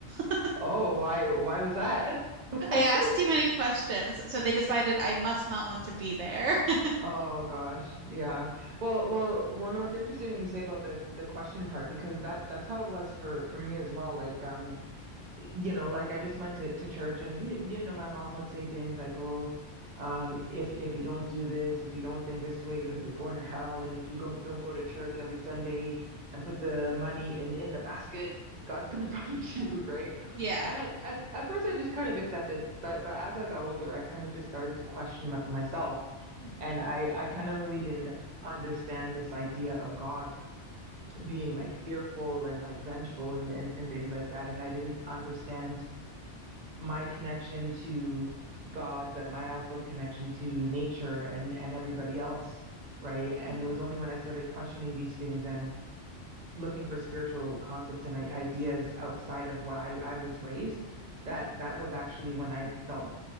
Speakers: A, on the right; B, on the right.
A: <laughs>
B: Oh, why why was that? <laughs>
A: I asked too many questions, so they decided I must not want to be there. <laughs>
B: Oh gosh, yeah. Well, well, well. No, it's interesting when you say about the the question part because that that's how it was for for me as well. Like, um, you know, like I just went to, to church and you, you know, my mom would say things like, "Oh, um, if if you don't do this, if you don't think this way, you're you're going to hell, and if you go, don't go to church every Sunday and put the money in in the basket, God's gonna <laughs> punish you," right?
A: Yeah.
B: And at, at at first, I just kind of accepted, but but as I got older, I kind of just started to question my, myself,
A: hmm
B: and I I kind of really didn't understand this idea of God being like fearful and like vengeful and, and and things
A: hmm
B: like that, and I didn't understand my connection to God, but my also connection to nature and and everybody else, right? And
A: hmm
B: it was only when I started questioning these things and looking for spiritual concepts and ideas outside of why I was raised that
A: hmm
B: that was actually when I felt